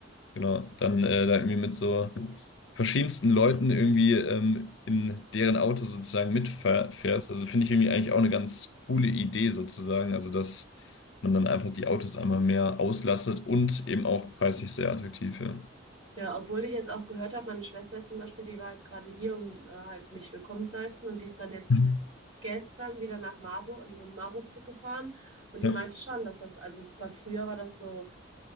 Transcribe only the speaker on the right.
Ja, obwohl ich jetzt auch gehört habe, meine Schwester jetzt zum Beispiel, die war jetzt gerade hier, um äh, halt mich willkommen zu heißen und die ist dann jetzt
gestern wieder nach Marburg, die wurde in Marburg zurückgefahren und
die meinte schon, dass das, also das war früher war das so,